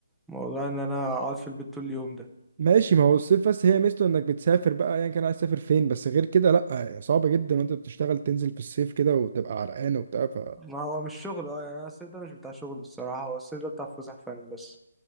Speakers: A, in the centre; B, on the right.
A: موضوع ان انا اقعد في البيت طول اليوم ده
B: ماشي ما هو الصيف بس هي ميزته انك بتسافر بقى ايا يعني كان عايز تسافر فين بس غير كده لا يعني صعب جدا وانت بتشتغل تنزل في الصيف كده وتبقى عرقان وبتاع ف
A: ما هو مش شغل اه يعني انا الصيف ده مش بتاع شغل الصراحه هو الصيف ده بتاع فسح فعلا بس